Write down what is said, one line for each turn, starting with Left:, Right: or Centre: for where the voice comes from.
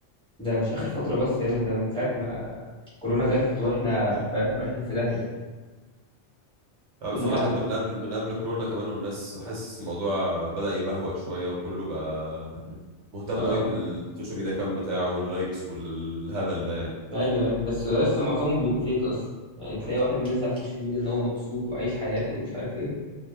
Centre: ده مش اخر فتره بس يا ابني ده من ساعه ما كورونا جت واحنا فاهم رايحين في داهيه
Right: اه
Centre: كل
Right: بس والله
Centre: حاجه
Right: حتى
Centre: بقى
Right: من قبل من قبل كورونا كمان والناس حاسس الموضوع بدأ يبهوأ شويه وكله بقى مهتم
Centre: اه آه.
Right: قوي بالسوشيال ميديا كام بتاعه واللايكس والهبل ده يعني
Centre: ايوه ايوه بس لسه معظمهم بيبقوا فيك اصلا يعني تلاقي واحد منزل على السوشيال ميديا ان هو مبسوط وعايش حياته ومش عارف ايه